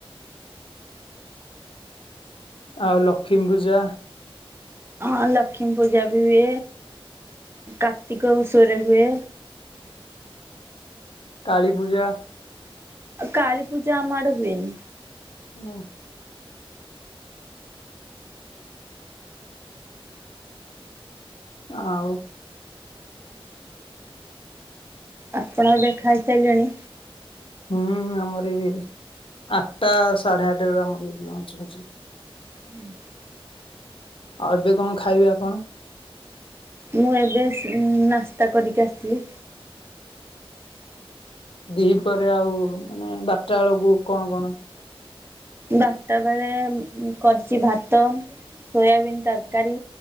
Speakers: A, on the left; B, on the right.
A: ଆଉ ଲକ୍ଷ୍ମୀ ପୂଜା?
B: ହଁ ଲକ୍ଷ୍ମୀ ପୂଜା ବି ହୁଏ କାର୍ତ୍ତିକ ମାସରେ ହୁଏ।
A: କାଳୀ ପୂଜା?
B: କାଳୀ ପୂଜା ଆମ ଆଡେ ହୁଏନି।
A: ହୁଁ। ଆଉ?
B: ଆପଣ ଏବେ ଖାଇ ସାରିଲେଣି?
A: ହୁଁ ଆମରଇ ଆଠଟା ସାଢେ ଆଠ ଟା ବେଳ ଆମର ଲଞ୍ଚ ଅଛି।
B: <inaudible>
A: ଆଉ ଏବେ କଣ ଖାଇବେ ଆପଣ?
B: ମୁଁ ଏବେ ସ୍ ନାସ୍ତା କରିକି ଆସିଲି।
A: ଦି ପହରରେ ଆଉ ଏ ବାରଟା ବେଳକୁ କଣ କଣ?
B: ବାରଟା ବେଳେ କରିଚି ଭାତ। ସୋୟାବିନ ତରକାରୀ,